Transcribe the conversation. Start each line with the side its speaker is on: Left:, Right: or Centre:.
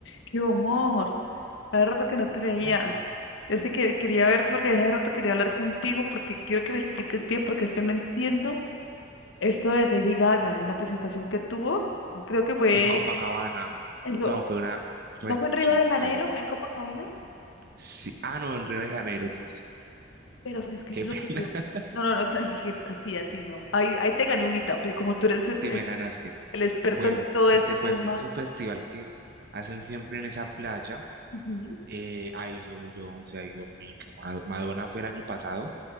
Left: ¡Qué amor! Hace rato que no te veía.
Right: ¿verdad?
Left: Es que que- quería verte porque hace rato quería hablar contigo porque quiero que me expliques bien porque es que no entiendo esto de Lady Gaga en la presentación que tuvo. Creo que fue
Right: En Copacabana.
Left: eso,
Right: No, fue una retrochimpa,
Left: no fue en Río de Janeiro,
Right: de verdad.
Left: fue en Copacabana,
Right: Sí. Ah, no, en Río de Janeiro, sí, sí, sí.
Left: pero o sea, es que
Right: Qué
Left: yo
Right: pena.
Left: lo que yo...
Right: <laughs>
Left: No, no, no, tranqui, a ti, a ti no. Ahí, ahí te gané unita porque como tú eres el,
Right: Sí
Left: el-
Right: me ganaste.
Left: el experto
Right: Bueno,
Left: en todo
Right: ¿qué
Left: este
Right: te
Left: tema,
Right: cuento? Es un festival que hacen siempre en esa playa.
Left: ujú,
Right: Eh, ha ido Beyoncé, ha ido Pink. Mad- Madonna fue el año pasado